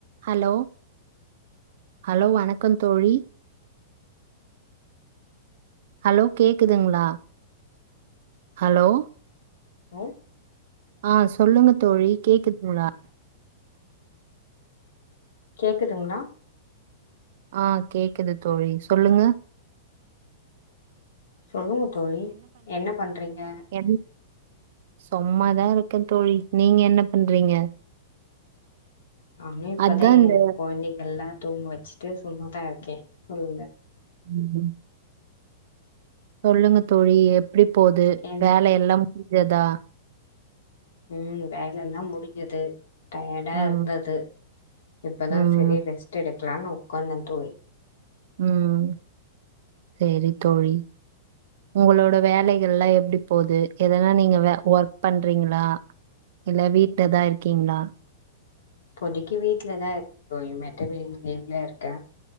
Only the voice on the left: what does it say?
ஆஹ
கேக்குதுங்களா
சொல்லுங்க தோழி என்ன பண்றீங்க
நானும் இப்பெதான்
என்
குழந்தைகள்லாம் தூங்க வச்சுட்டு சும்மாதான் இருக்கேன் சொல்லுங்க
என்
உம் வேலை எல்லாம் முடிஞ்சுது டயர்டா
இருந்தது இப்தான்
செரி ரெஸ்ட் எடுக்கலான்னு கொந்தத்த <unintelligible>
இப்போதைக்கு வீட்டுலதான் இருக்க மெட்டர்ன லீவ்ல இருக்கேன்